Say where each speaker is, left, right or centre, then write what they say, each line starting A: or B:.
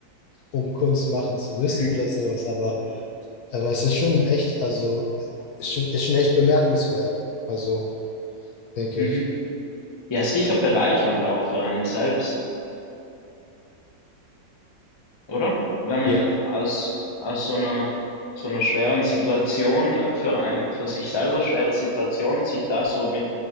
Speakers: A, on the left (about 70°); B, on the left (about 35°).
A: um Kunst machen zu müssen
B: Mhm.
A: oder sowas, aber Aber es ist schon echt, also ist schon, ist schon echt bemerkenswert. Also, denke
B: Mhm.
A: ich.
B: Ja, sicher bereichernd auch für einen selbst. Oder? Wenn man
A: Ja.
B: aus, aus so einer, so einer schweren Situation, für eine, für sich selber schwere Situation, sich da so mit